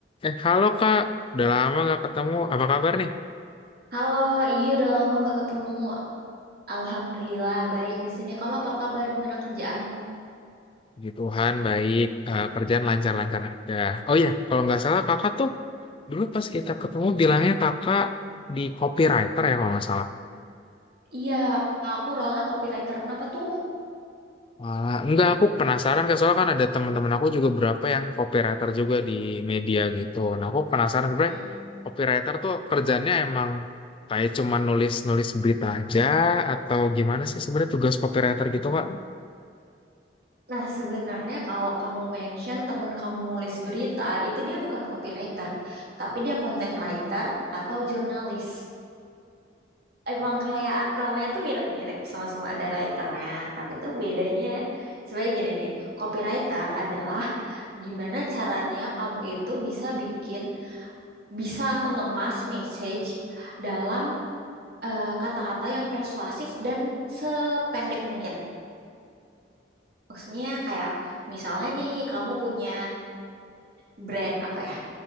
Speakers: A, on the left; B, on the right.
A: Eh, halo Kak, udah lama gak ketemu. Apa kabar nih?
B: Halo, iya udah lama nggak ketemu. Alhamdulillah baik di sini. Kamu apa kabar? Gimana kerjaan?
A: Puji Tuhan, baik. Eh, kerjaan lancar-lancar aja. Oh iya, kalau nggak salah kakak tuh dulu pas kita ketemu bilangnya kakak di copywriter ya kalau nggak salah.
B: Iya, aku role copywriter. Kenapa tuh?
A: Walah, enggak, aku penasaran Kak. Soalnya kan ada teman-teman aku juga berapa yang copywriter juga di media gitu. Nah, aku penasaran sebenarnya
B: Hmm.
A: copywriter tuh kerjanya emang kayak cuma nulis-nulis berita aja atau gimana sih sebenarnya tugas copywriter gitu Kak?
B: Nah, sebenarnya kalau kamu mention temen kamu nulis berita, itu dia bukan copywriter, tapi dia content writer atau jurnalis. Emang kayak namanya tuh mirip-mirip, sama-sama ada writernya, tapi tuh bedanya sebagai gini nih, copywriter adalah gimana caranya kamu itu bisa bikin bisa mengemas message dalam eh, kata-kata yang persuasif dan sependek mungkin. Maksudnya kayak misalnya nih kamu punya brand apa ya?